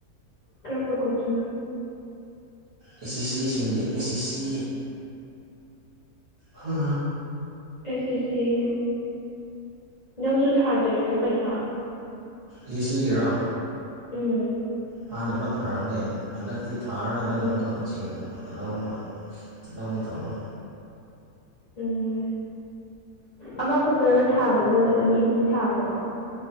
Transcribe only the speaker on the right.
ꯑꯦꯁ ꯁꯤ ꯁꯤ ꯁꯤꯡꯒꯤ ꯑꯦꯁ ꯁꯤ ꯁꯤ ꯍꯥ
ꯑꯦ ꯁꯤꯒꯤꯔꯣ
ꯍꯥꯟꯅ ꯑꯃ ꯊꯥꯔꯝꯃꯦ ꯍꯟꯗꯛꯇꯤ ꯊꯥꯔꯔꯣꯏ ꯍꯟꯗꯛꯅ
ꯑꯃꯨꯛꯀꯥ ꯀꯣꯠ ꯆꯤꯡ ꯑꯅꯧꯝꯕ ꯂꯧꯒꯦ ꯇꯧꯕ